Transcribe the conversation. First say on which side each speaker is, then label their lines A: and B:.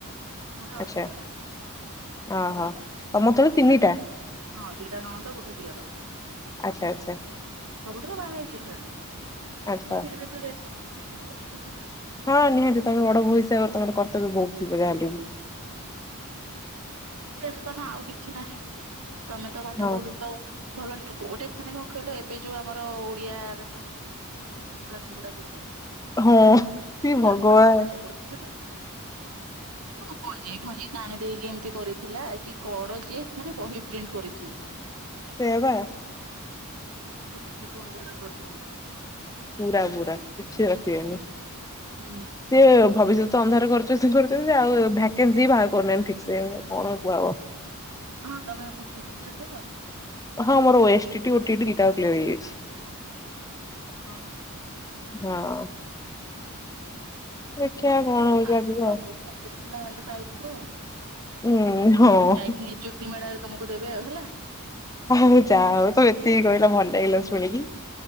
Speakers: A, on the right; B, on the left.
A: ମୋ ତଳେ ଆହୁରି
B: ଆଚ୍ଛା
A: ତିନି ଟା।
B: ଓହୋ ତମ ତଳେ
A: ଦିଟା
B: ତିନିଟା
A: ନ ହଁ ଦିଟା ନଣନ୍ଦ ଗୋଟେ ଦିଅର।
B: ଆଚ୍ଛା ଆଚ୍ଛା
A: ସବୁତିକ ବାହା ହେଇ ଯାଇଛନ୍ତି
B: ଆଚ୍ଛା
A: ଫିର୍ ବି ତ ରେସ ଯେତେହେଲେ ବି ସୁଧା
B: ହଁ ନିହାତି ତମେ ବଡ ବୋହୂ ହିସାବରେ ତମର କର୍ତ୍ତବ୍ୟ ବହୁତ ଥିବ ଯା ହେଲେବି।
A: ସେଇଟା ଟିକେ ଟେନସନ୍ ଆଉ କିଛି ନାହିଁ ତମେ ତ ପାଠ
B: ହଁ
A: ପଢୁଛ ଭଲ ଷ୍ଟୋ ଗୋଟେ ମାନେ କଣ କହିଲ ଏବେ ଯୋଉ ଆମର ଓଡିଆରେ ବହିପତ୍ର ଯୋଉ ହଁ ନେମ୍ୱୁଡ଼ା ନେମ୍ବୁଡ଼ା ଗିତ।
B: ହଁ
A: ଇ
B: ହେ
A: କି କଲାବେଳକୁ
B: ଭଗବାନ
A: ପାଠ ପଢେଇଲା ବେଳକୁ ପିଲା ଏ କ କଣ ଯାଇ ନାଣି ଦେଇକି ଏମିତି କରିଥିଲା କି କଣ ଯିଏ ମାନେ ବହି ପ୍ରିଣ୍ଟ କରିଛି।
B: ସେଇଆ ପା।
A: ପିଲାଙ୍କ ଭବିଷ୍ୟତ ଅନ୍ଧାର କରିଦେବେ।
B: ପୁରା ପୁରା କିଛି ରଖିବେନି।
A: ହୁଁ।
B: ସିଏ ଭବିଷ୍ୟତ ତ ଅନ୍ଧାର କରୁଚନ୍ତି ସେ କରୁଛନ୍ତି ଆଉ ଭ୍ୟାକେନ୍ସି ବି ବାହାର କରୁନାହାନ୍ତି ଠିକ ସେ କଣ କୁହାହବ।
A: ହଁ ତମେ ଓ ଟି ଇଟି କ୍ଲିୟର କରିଲ?
B: ହଁ ମୋର O S T T O T ET ଦିଟାଙ୍କ କ୍ଲିୟର ହେଇଯାଇଛି।
A: ଓ ହଁ।
B: ହଁ। ଦେଖିବା
A: ଭଲ
B: କଣ ହଉଛି
A: ତ ଆଇଚି
B: ଆଗକୁ
A: ପ ଆଉ କଣ ତୁଳସୀ ବାହାରିଲେ ପାଇଯିବ ଆଉ।
B: ଉଁ ହଁ।
A: ଯାଇକି ନିଯୁକ୍ତି ମେଳାରେ ତମକୁ ଦେବେ ଆଉ ହେଲା।
B: ହଁ ହଉ ଯାଅ ହଉ ତମେ ଏତିକି କହିଲ ଭଲ ଲାଗିଲା ଶୁଣିକି।